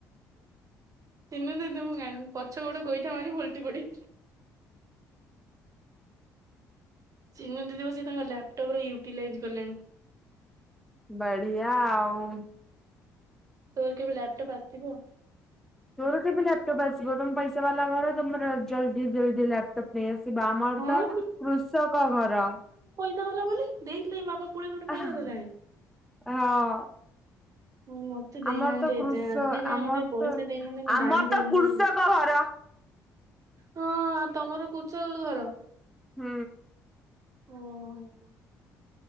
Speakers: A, on the right; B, in the centre.
A: ତିନ ଦିନ ତୁମ ଗାନଣ୍ଡ୍ ପଛକୁ ଗୋଟେ ଗୋଇଠା ମାରିବି ଓଲଟି ପଡି ଚିନୁ ଦିିଦି ବସିକି ତାଙ୍କ ଲାପଟପ ରେ ୟୁଟିଲାଇଜ କଲେଣି।
B: ବଢିଆ ଆଉ।
A: ତୋର କେବେ ଲାପଟାପ ଆସ୍ ସିବ
B: ତୋର କେବେ ଲାପଟପ୍ ଆସିବ। ତମ ପଇସା ବାଲା ଘର ତମର ଜଲ ଜଲଦି ଜଲଦି ଲାପଟପ୍ ନେଇ ଆସ୍ ଆସିବ ଆମର
A: ହଁ
B: ତ କୃଷକ ଘର।
A: ଇସା ବାଲା ବୋଲି ଦେଇଥିଲେ କି ମା ବାପା ପୁଳେ ଖଣ୍ଡେ
B: ହଁ
A: ପଇସା ଦେଲାଣି।
B: ହଁ।
A: ହୁଁ, ମତେ ଦେଇନାହାନ୍ତି
B: ଆମର ତ କୃଷ
A: ଏଯାଏଁ ଆଜି ଯାଏଁ
B: ଆମର
A: ମତେ ପଇସା
B: ତ
A: ଦେଇନାହାନ୍ତି ମୁଁ
B: ଆମର
A: ଜାଣିପାରୁନି।
B: ତ କୃଷକ ଘର।
A: ହଁ ଆଉ ତମର କୁଷକ ଘର?
B: ହୁଁ।
A: ଓ ହୋ।